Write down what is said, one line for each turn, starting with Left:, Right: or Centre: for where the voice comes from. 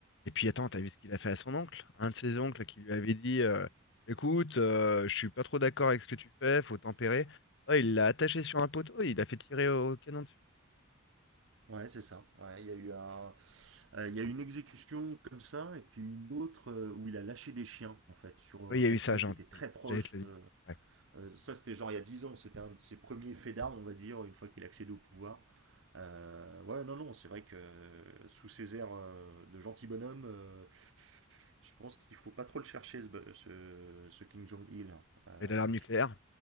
Left: Et puis attends, t'as vu ce qu'il a fait à son oncle? Un de ses oncles qui lui avait dit euh, Écoute, euh, je suis pas trop d'accord avec ce que tu fais, faut tempérer. Oh, il l'a attaché sur un poteau, il l'a fait tirer au canon dessus.
Right: ouais, c'est ça. Ouais, il y a eu un, euh, il y a eu une exécution comme ça, et puis une autre euh, où il a lâché des chiens, en fait, sur euh,
Left: Oui, il y
Right: quelqu'un
Left: a eu ça, Jean-
Right: qui était très proche.
Left: j'allais te le
Right: euh,
Left: dire. Ouais.
Right: euh, ça, c'était genre il y a 10 ans, c'était un de ses premiers faits d'armes, on va dire, une fois qu'il a accédé au pouvoir. Euh, ouais, non, non, c'est vrai que euh, sous ses airs euh, de gentil bonhomme, euh, je pense qu'il faut pas trop le chercher, ce, ce, ce King Jong-il. hein. Euh,
Left: Et l'alarme nucléaire?